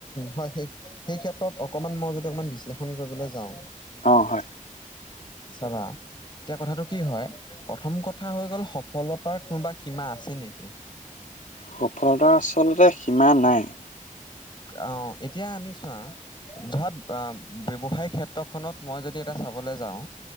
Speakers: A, on the left (about 35°); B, on the left (about 70°).
A: হয়, সেই সেই ক্ষেত্ৰত অকমান মই যদি অকমান বিশ্লেষণ কৰিবলৈ যাওঁ,
B: অ হয়
A: চাবা, এতিয়া কথাটো কি হয়, প্ৰথম ক- থা হৈ গ'ল সফলতাৰ কোনোবা সীমা আছে নেকি?
B: সফলতাৰ আচলতে সীমা নাই।
A: অ, এতিয়া আমি চোৱা ধৰা ব্যৱসায় ক্ষেত্ৰখনত মই যদি এটা চাবলে যাওঁ।